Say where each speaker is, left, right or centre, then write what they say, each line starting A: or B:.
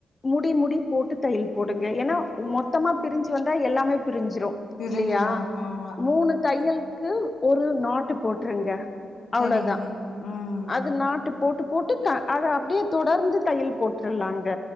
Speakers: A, on the left; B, on the left.
A: முடி முடி போட்டு தையல் போடுங்க ஏன்னா மொத்தமா பிரிஞ்சு வந்தா எல்லாமே பிரிஞ்சிரு
B: பிரிஞ்சிரு
A: இல்லையா
B: ஆமா ஆமா
A: ஒன்னு தையலுக்கு ஒரு நாட்டு போட்டுருங்க அவ்ளோதா
B: சேரிங்க ம்
A: அது நாட்டு போட்டு போட்டு க அத அப்பிடியே தொடர்ந்து தையல் போட்டு கல் நாங்க